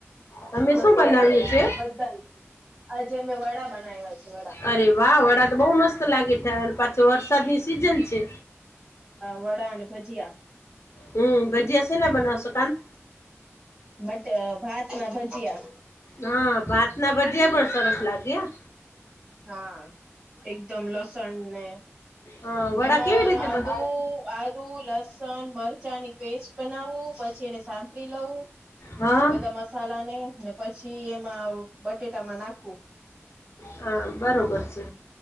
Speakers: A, on the left; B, on the right.
A: તમે
B: મસ્ત
A: શું બનાવ્યું
B: લાગે
A: છે?
B: બધાને આજે અમે વડા બનાવ્યા છે વડા
A: અરે વાહ વડા તો બહ મસ્ત લાગે છે પાચો વરસાદ સીઝન છે.
B: વડા ને ભજીયા.
A: હમ ભજીયા સેના બનાવસો?
B: બટ ભાત ના ભજીયા.
A: હા ભાત ના ભજીયા પણ સરસ લાગ્યા.
B: હા એકદમ લસણ ને
A: હા વડા
B: એમાં
A: કેવી રીતે
B: આદુ
A: બન
B: આદુ લસણ મરચાંની પેસ્ટ બનાવું પછી એને સાંતળી લવું
A: હા
B: બધા મસાલા ને પછી એમાં બટેટામાં નાખુ.
A: હા બરોબર છે.